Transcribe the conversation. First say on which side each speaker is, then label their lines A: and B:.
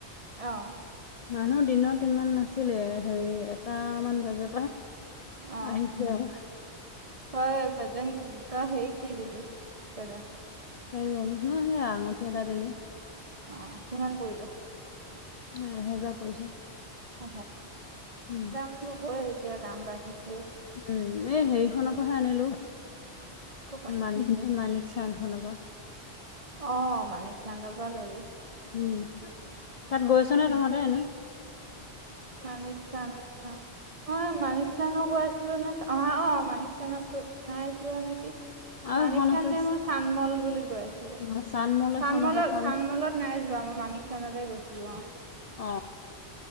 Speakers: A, on the right (about 35°); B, on the left (about 50°).
A: অহঁ।
B: মানুহ দিনত ইমান নাছিলে হেৰি এটামান বজাৰ পৰা-।
A: অ',
B: আহিছে ক।
A: তই পেজেন্ট তই হেৰি কি' দিলি পেজেন্ট?
B: পেজেন্ট সেইয়াই আঙঠি এটা দিলো।
A: অ কিমান পৰিলে?
B: নাই এহেজাৰ পৰিছে।
A: অ
B: উম,
A: দাম লবই এতিয়া দাম বাঢ়িছেই।
B: উম এ হেৰিখনৰ পৰাহে আনিলো।
A: ক'পা
B: মানিক মানিক চান্দ খনৰ পৰা।
A: অ', মানিক চান্দৰ পৰা ললি
B: উম। তাত গৈছ নে তহঁতে এনেই?
A: মানিক চান- অ মানিক চানত গৈছিলো নে অ মানিক চাণত নাই যোৱা নেকি?
B: আৰু
A: মানিক
B: এখন
A: চানলে
B: আছে
A: নে চানমল বুলি গৈছিলো।
B: অ', চানমল এখন
A: চানমলত,
B: আছে চান
A: চানমলত নাই যোৱা। আমাৰ মানিক চানতে গৈছিলো অঁ।
B: অ',